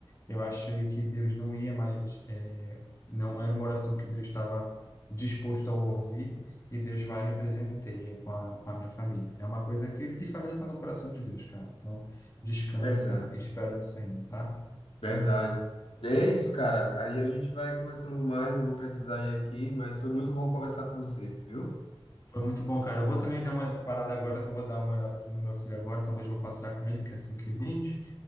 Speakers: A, on the left (about 30°); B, on the left (about 70°).
A: eu achei que Deus não ia mais, eh, não era uma oração que Deus estava disposto a ouvir, e Deus vai e me presenteia com a, com a minha família. É uma coisa que. E família está no coração de Deus, cara. Então, descansa
B: Verdade,
A: e espera no Senhor, tá?
B: verdade. É isso, cara. Aí a gente vai conversando mais. Eu vou precisar ir aqui, mas foi muito bom conversar com você, viu?
A: Foi muito bom, cara. Eu vou também dar uma parada agora, que eu vou dar uma olhada no meu filho agora, talvez vou passar com ele, que é cinco e vinte